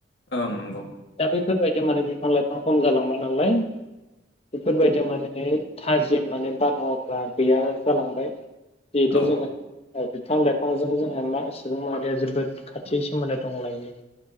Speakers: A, on the left; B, on the left.
A: ओं नंगौ।
B: दा बैफोरबायदियाव माने बिफां- लाइफां खम जालांबाय नालाय बेफोरबायदिया माने थाजिम माने बारहावाफ्रा गैया जालांबाय जिहेथु
A: औ
B: जोङो ओ बिफां -लाइफांजों जोंहा मा सुबुं माहारिया जोबोद खाथि सोमोन्दो दंलायो।